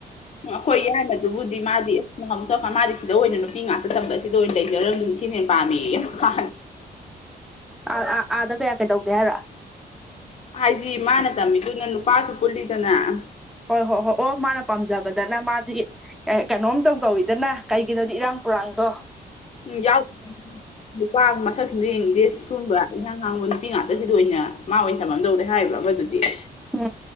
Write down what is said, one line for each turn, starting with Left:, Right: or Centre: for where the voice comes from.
Left: ꯎꯝ ꯑꯩꯈꯣꯏ ꯌꯥꯏꯃꯗꯨꯕꯨꯗꯤ ꯃꯥꯗꯤ ꯑꯃꯨꯛ ꯃꯥꯗꯤ ꯁꯤꯗ ꯑꯣꯏꯅ ꯅꯨꯄꯤ ꯉꯥꯛꯇ ꯇꯝꯕ ꯁꯤꯗ ꯑꯣꯏꯅ ꯂꯩꯖꯔꯝꯃꯤꯁꯦ ꯁꯤꯅ ꯍꯦꯟꯅ ꯄꯥꯝꯃꯤꯌꯦ ꯃꯥ
Centre: ꯥ <unintelligible> ꯑꯥꯗ ꯀꯌꯥ ꯀꯩ ꯇꯧꯗꯦ ꯍꯥꯏꯔ
Left: ꯍꯥꯏꯗꯤ ꯃꯥꯅ ꯇꯝꯃꯤꯗꯨꯅ ꯅꯨꯄꯥꯁꯨ ꯄꯨꯜꯂꯤꯗꯅ
Centre: ꯍꯣꯏ ꯍꯣꯏ ꯍꯣ ꯑꯣ ꯃꯥꯅ ꯄꯥꯝꯖꯕꯗꯅ ꯃꯥꯗꯤ ꯀꯩ ꯀꯩꯅꯣꯝ ꯏꯇꯧ ꯇꯧꯋꯤꯗꯅ ꯀꯩꯒꯤꯅꯣꯗꯤ ꯏꯔꯥꯡ ꯄꯔꯥꯡꯗꯣ
Left: ꯎꯝ ꯌꯥꯎ ꯅꯨꯄꯥ ꯃꯁꯛꯁꯤꯡꯗꯨ ꯌꯦꯡꯅꯤꯡꯗꯦ ꯁꯨꯝꯕ ꯏꯍꯥꯡ ꯍꯥꯡꯕ ꯅꯨꯄꯤ ꯉꯥꯛꯇ ꯁꯤꯗ ꯑꯣꯏꯅ ꯃꯥ ꯑꯣꯏꯅ ꯇꯝꯃꯝꯗꯧꯅꯤ ꯍꯥꯏꯕ ꯑꯃꯗꯨꯗꯤ <unintelligible>
Centre: ꯎꯝ